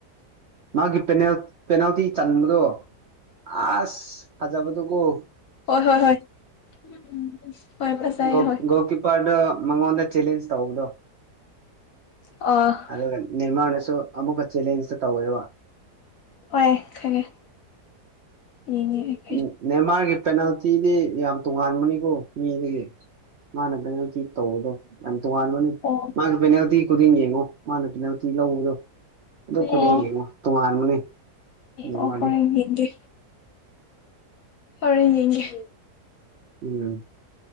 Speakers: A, on the right; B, on the left.
A: ꯃꯥꯒꯤ ꯄꯦꯅꯦꯜ ꯄꯦꯅꯥꯜꯇꯤ ꯆꯟꯕꯗꯣ ꯑꯁ ꯐꯖꯕꯗꯨꯒꯣ
B: ꯍꯣꯏ ꯍꯣꯏ ꯍꯣꯏ ꯎ ꯍꯣꯏ ꯐꯖꯩ
A: ꯒꯣꯜ
B: ꯍꯣꯏ
A: ꯒꯣꯜ ꯀꯤꯞꯄꯔꯗꯣ ꯃꯉꯣꯟꯗ ꯆꯦꯂꯦꯟꯖ ꯇꯧꯕꯗꯣ
B: ꯑ
A: ꯑꯗꯨꯒ ꯅꯤꯔꯃꯅꯁꯨ ꯑꯃꯨꯛꯀ ꯆꯦꯂꯦꯟꯖꯇ ꯇꯧꯋꯦꯕ
B: ꯍꯣꯏ ꯈꯪꯉꯦꯅꯦ ꯌꯦꯡꯉꯦ ꯑꯩ
A: ꯎꯝ ꯅꯦꯃꯥꯥꯔꯒꯤ ꯄꯦꯅꯥꯜꯇꯤꯗꯤ ꯌꯥꯝ ꯇꯣꯉꯥꯟꯕꯅꯤꯀꯣ ꯃꯤꯗꯒꯤ ꯃꯥꯅ ꯄꯦꯅꯥꯜꯇꯤ ꯇꯧꯕꯗꯣ ꯌꯥꯝ ꯇꯣꯉꯥꯟꯕꯅꯤ
B: ꯑꯣ
A: ꯃꯥꯒꯤ ꯄꯦꯅꯥꯜꯇꯤ ꯈꯨꯗꯤꯡ ꯌꯦꯡꯉꯣ ꯃꯥꯅ ꯄꯦꯅꯥꯜ ꯅꯨꯄꯤ ꯂꯧꯕꯗꯣ ꯑꯗꯨ ꯈꯨꯗꯤꯡ
B: ꯑꯣ
A: ꯌꯦꯡꯉꯣ ꯇꯣꯉꯥꯟꯕꯅꯦ ꯅꯦꯃꯥꯔꯗꯤ
B: ꯑꯣ ꯍꯣꯔꯦꯟ ꯌꯦꯡꯒꯦ ꯍꯣꯔꯦꯟ ꯌꯦꯡꯒꯦ
A: ꯎꯝ